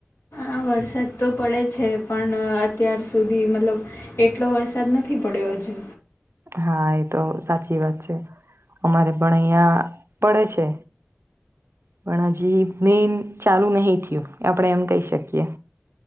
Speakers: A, on the left; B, on the right.
A: આ વરસાદ તો પડે છે પણ અત્યાર સુધી મતલબ એટલો વરસાદ નથી પડ્યો હજુ
B: હા એ તો સાચી વાત છે અમારે પણ અહીંયા પડે છે પણ હજી મેન ચાલુ નહીિ થયું આપણેે એમ કહી શકીએ